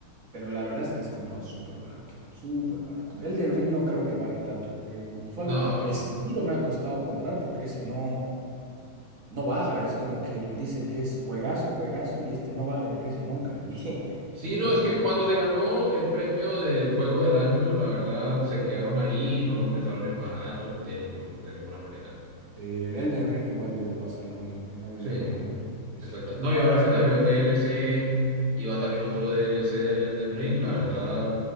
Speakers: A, on the right; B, on the right.
A: pero la verdad es que es comprado súper barato, súper barato. El de Ring no creo que baje tanto, porque usualmente
B: No.
A: el Sekiro me ha costado comprar porque ese no. No baja, es como que el- dicen que es juegazo, juegazo, y este no baja de precio nunca. Y <laughs>
B: Sí,
A: entonces,
B: no, es que cuando se ganó el premio del juego del año, la verdad se quedaron ahí y no lo pensaron en bajar de ningún, de ninguna manera.
A: Eh, El Elden Ring igual debe pasar lo mismo, que no debe
B: Sí,
A: bajar mucho el precio.
B: exacto.
A: Ese
B: No,
A: no,
B: y ahora
A: ese,
B: que
A: n-
B: salió el DLC y va a salir otro DLC del Elden Ring, la verdad,